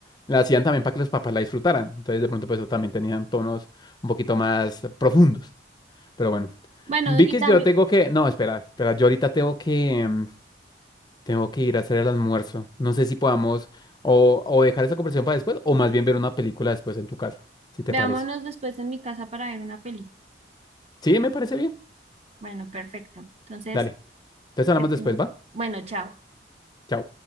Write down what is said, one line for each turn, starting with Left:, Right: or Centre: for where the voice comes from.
Left: las hacían también para que los papás la disfrutaran. Entonces, de pronto, pues, eso también tenían tonos un poquito más profundos. Pero bueno,
Right: Bueno,
Left: Vicky,
Right: y también,
Left: yo tengo que, no, espera, espera, yo ahorita tengo que, em, tengo que ir a hacer el almuerzo. No sé si podamos o, o dejar esa conversación para después, o más bien ver una película después en tu casa, si te
Right: veámonos
Left: parece.
Right: después en mi casa para ver una peli.
Left: Sí, me parece bien.
Right: Bueno, perfecto. Entonces,
Left: Dale, entonces hablamos
Right: que ten-
Left: después, ¿va?
Right: bueno, chao.
Left: Chao.